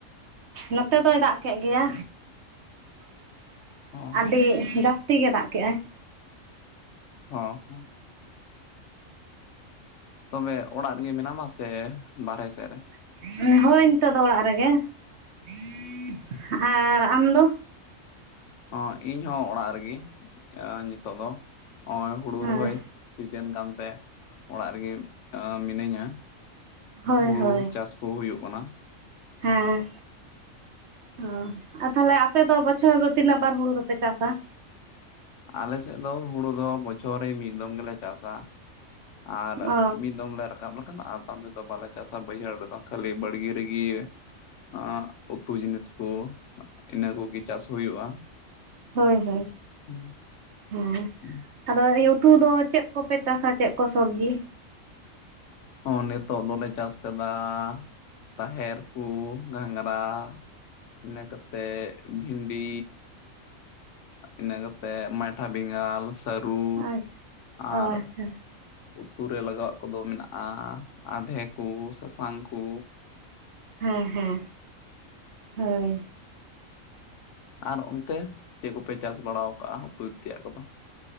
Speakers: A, on the right; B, on the left.
A: ᱱᱚᱛᱮ ᱫᱚᱭ ᱫᱟᱜ ᱠᱮᱫ ᱜᱮᱭᱟ <inaudible>
B: ᱦᱚᱸ
A: ᱟᱹᱰᱤ ᱡᱟᱹᱥᱛᱤ ᱛᱤ ᱜᱮ ᱫᱟᱜ ᱠᱮᱫ ᱟᱭ <inaudible>
B: ᱚ ᱦᱚ ᱛᱚᱵᱮ ᱚᱲᱟᱜ ᱨᱮᱜᱮ ᱢᱮᱱᱟᱢᱟ ᱥᱮ ᱵᱟᱨᱦᱮ ᱥᱮᱫ ᱨᱮ
A: <unintelligible> ᱦᱳᱭ ᱱᱤᱛᱚᱜᱜ ᱫᱚ ᱚᱲᱟᱜ ᱨᱮᱜᱮ <unintelligible> ᱟᱨ ᱟᱢ ᱫᱚ
B: ᱚ ᱤᱧ ᱦᱚᱸ ᱚᱲᱟᱜ ᱨᱮᱜᱮ ᱱᱤᱛᱚᱜ ᱫᱚ ᱱᱚᱜᱼᱚᱭ ᱦᱩᱲᱩ
A: ᱦᱳᱭ
B: ᱨᱚᱦᱚᱭ ᱡᱤᱱ ᱠᱟᱱᱛᱮ ᱚᱲᱟᱜ ᱨᱮᱜᱮ ᱢᱤᱱᱟᱹᱧᱟ
A: ᱦᱳᱭ
B: ᱦᱩᱲᱩ
A: ᱦᱳᱭ
B: ᱪᱟᱥ ᱠᱚ ᱦᱩᱭᱩᱜ ᱠᱟᱱᱟᱹ
A: ᱦᱮᱸ ᱚ ᱟᱨ ᱛᱟᱦᱞᱮ ᱟᱯᱮ ᱫᱚ ᱵᱚᱪᱷᱚᱨ ᱫᱚ ᱛᱤᱱᱟᱹᱜ ᱵᱟᱨ ᱦᱩᱲᱩ ᱫᱚᱯᱮ ᱪᱟᱥᱥᱟᱹ
B: ᱟᱞᱮ ᱥᱮᱫ ᱫᱚ ᱦᱩᱲᱩ ᱫᱚ ᱵᱚᱪᱷᱚᱨ ᱨᱮ ᱢᱤᱫ ᱫᱚᱢ ᱜᱮᱞᱮ ᱪᱟᱥᱥᱟᱹ ᱟᱨ
A: ᱚ
B: ᱢᱤᱫ ᱫᱚᱢ ᱞᱮ ᱨᱠᱟᱵᱟ <inaudible> ᱟᱛᱟᱢ ᱛᱮᱫᱚ ᱵᱟᱞᱮ ᱪᱟᱥᱟ ᱵᱟᱹᱭᱦᱟᱹᱲ ᱨᱮᱫᱚ ᱠᱷᱟᱹᱞᱤ ᱵᱟᱲᱜᱮ ᱨᱮᱜᱮ ᱟ ᱩᱛᱩ ᱡᱤᱱᱤᱥ ᱠᱚ ᱤᱱᱟᱹ ᱠᱚᱜᱮ ᱪᱟᱥ ᱦᱩᱭᱩᱜᱼᱟ
A: ᱦᱳᱭᱼᱦᱳᱭ
B: ᱦᱩᱸ
A: ᱦᱮᱸ
B: <inaudible>
A: ᱟᱫᱚ ᱩᱛᱩ ᱫᱚ ᱪᱮᱫ ᱠᱚᱯᱮ ᱪᱟᱥᱟ ᱪᱮᱫ ᱠᱚ ᱥᱚᱵᱽᱡᱤ
B: ᱦᱚᱸ ᱱᱤᱛᱚᱜ ᱫᱚᱞᱮ ᱪᱟᱥ ᱠᱟᱫᱟᱻ ᱛᱟᱦᱮᱨ ᱠᱚ ᱜᱷᱟᱸᱝᱜᱽᱨᱟ ᱤᱱᱟᱹ ᱠᱟᱛᱮᱜᱻ ᱵᱷᱤᱱᱰᱤ ᱤᱱᱟᱹ ᱠᱟᱛᱮᱫ ᱢᱟᱭᱴᱷᱟ ᱵᱮᱸᱜᱟᱞ ᱥᱟᱹᱨᱩ
A: ᱟᱪᱪᱷᱟ ᱚ
B: ᱟᱨ
A: ᱟᱪᱪᱷᱟ
B: ᱩᱛᱩ ᱨᱮ ᱞᱟᱜᱟᱣᱟᱜ ᱠᱚᱫᱚ ᱢᱮᱱᱟᱜᱼᱟ ᱟᱹᱫᱷᱮ ᱠᱚ ᱥᱟᱥᱟᱝ ᱠᱚ
A: ᱦᱮ ᱼᱦᱮᱸ ᱦᱳᱭ
B: ᱟᱨ ᱚᱱᱛᱮ ᱪᱮᱫ ᱠᱚᱯᱮ ᱪᱟᱥ ᱵᱟᱲᱟᱣ ᱠᱟᱜᱼᱟ ᱩᱛᱩ ᱛᱮᱭᱟᱜ ᱠᱚᱫᱚ?